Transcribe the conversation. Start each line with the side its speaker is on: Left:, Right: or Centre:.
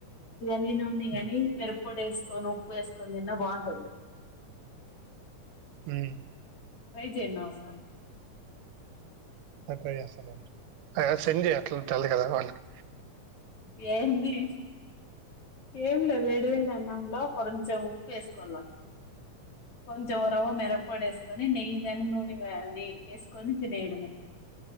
Left: నీ నోడు గాని
Right: ఉమ్
Left: మీరు పొడి వేసుకొని ఉప్పు వేసుకొని తిన్న బాగుంటుంది
Right: మ్
Left: ట్రై చే అన్న ఒసారి
Right: అ ట్రై చేస్తాలే <unintelligible> సెండ్ చేయ్ అట్లా తెల్దు కదా వాళ్ళకి
Left: ఏంది ఏం లే వేడి వేడి అన్నంలో <unintelligible> ఉప్పు వేసుకోవాలా కొంచెం రవ మిరప్పొడి వేసుకొని నెయ్యి గాని నూనె గాని వేసుకొని తినేయడమే